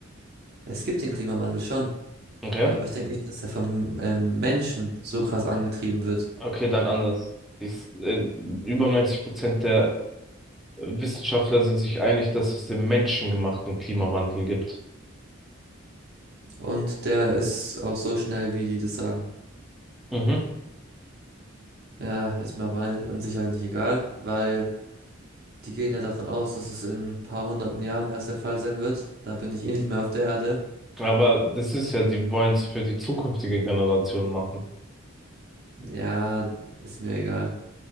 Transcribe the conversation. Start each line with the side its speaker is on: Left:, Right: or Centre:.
Right: Es gibt den Klimawandel schon,
Centre: Okay.
Right: aber ich denke nicht, dass er vom ähm, Menschen so krass angetrieben wird.
Centre: Okay, dann anders. Ist, äh, über 90% der Wissenschaftler sind sich einig, dass es den menschengemachten Klimawandel gibt.
Right: Und der ist auch so schnell, wie die das sagen.
Centre: Mhm.
Right: Ja, ist mir auch ein, an sich eigentlich egal, weil die gehen ja davon aus, dass es in ein paar hunderten Jahren erst der Fall sein wird. Da bin ich eh nicht mehr auf der Erde.
Centre: Aber das ist ja, die wollen es für die zukünftige Generation machen.
Right: Ja, ist mir egal.